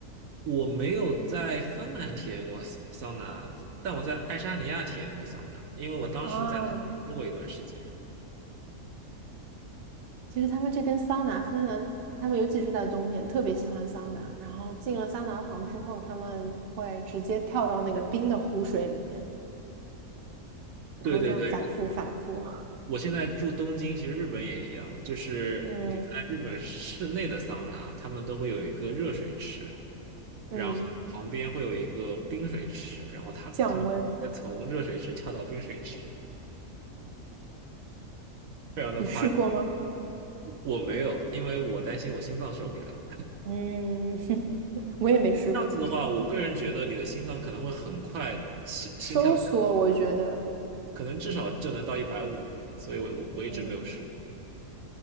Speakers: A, on the right; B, on the right.
A: 我没有在芬兰体验过桑桑拿，但我在爱沙尼亚体验过桑拿，因为我当时在塔林住过一段时间。
B: 啊，其实他们这边桑拿，芬兰他们尤其是在冬天特别喜欢桑拿，然后进了桑拿房之后，他们会直接跳到那个冰的湖水里面，然后这样反复反复，
A: 对对对，我现在住东京，其实日本也一样，就是你在日本室内的桑拿，
B: <laughs> 嗯
A: 他们都会有一个热水池，然后旁边会有一个冰水池，
B: 嗯，
A: 然后他他们直接从热水池跳到冰水池，
B: 降温。
A: 非常的夸张。
B: 你试过吗？
A: 我没有，因为我担心我心脏受不了。
B: 嗯，<laughs> 我也没试过，
A: 这样子的话，
B: 其实
A: 我个人觉得你的心脏可能会很快心心跳。
B: 收缩，我觉得，
A: 可能至少就能到一百五，所以我我我一直没有试过。
B: 嗯，